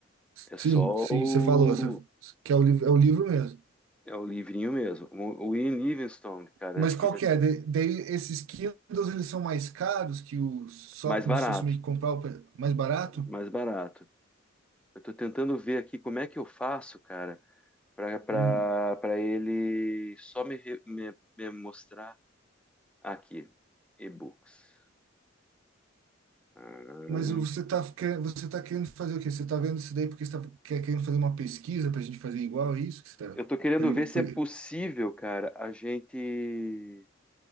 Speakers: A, in the centre; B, on the right.
A: É
B: sim,
A: só
B: sim,
A: o,
B: você falou, você, que é o livro, é o livro mesmo.
A: é o livrinho mesmo. O, o Ian Livingstone, cara,
B: Mas
A: acho
B: qual
A: que já
B: que é? Da- Daí esses Kindles, eles são mais caros que o só
A: mais
B: como
A: barato,
B: se fosse meio que comprar o pe- mais barato?
A: mais barato. Eu tô tentando ver aqui como é que eu faço, cara. para
B: Hum.
A: ele só me, re- me, me mostrar aqui, e-books. Ah,
B: Mas você tá, quer- você tá querendo fazer o quê? Você tá vendo isso daí porque você tá, quer, querendo fazer uma pesquisa pra gente fazer igual, é isso que você tá...
A: eu tô querendo
B: pre-
A: ver
B: pre-
A: se é possível, cara, a gente